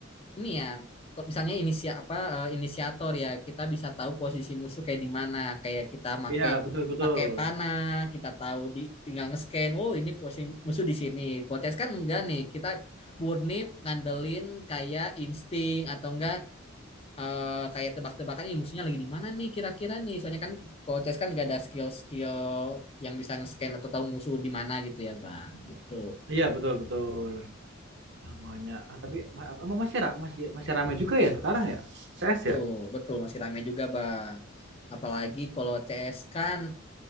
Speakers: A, on the left; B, on the right.
A: ini ya. Kalau misalnya inisia apa eh, inisiator ya, kita bisa tahu posisi musuh kayak di mana. Kayak kita make
B: Iya betul betul.
A: pakai panah, kita tahu di tinggal nge-scan. Oh, ini posisi musuh di sini. Kalau CS kan enggak nih. Kita murni ngandelin kayak insting atau enggak eh kayak tebak-tebakan ini musuhnya lagi di mana nih kira-kira nih. Soalnya kan kalau chess kan gak ada skill-skill yang bisa nge-scan atau tahu musuh di mana gitu ya, Bang. Gitu.
B: Iya betul betul. Nah, makanya, ah tapi ma- emang masih ra- masih masih ramai juga ya sekarang ya? CS
A: Tuh,
B: ya?
A: betul masih ramai juga, Bang. Apalagi kalau CS kan